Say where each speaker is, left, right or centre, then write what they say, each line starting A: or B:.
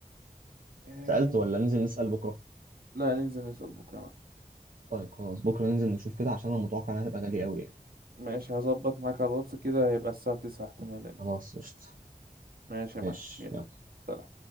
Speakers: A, on the right (about 80°); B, on the right (about 60°).
A: آه،
B: سألت ولا ننزل نسأل بكرة
A: لا ننزل نسأل بكرة معاك
B: طيب خلاص بكرة ننزل نشوف كده عشان انا متوقع انها تبقى غالية قوي يعني
A: ماشي هظبط معاك على الواتس كده هيبقى الساعة تسعة احتمالا
B: خلاص
A: يعني
B: قشطة
A: ماشي يا
B: ماشي
A: معلم يلا
B: يلا
A: سلام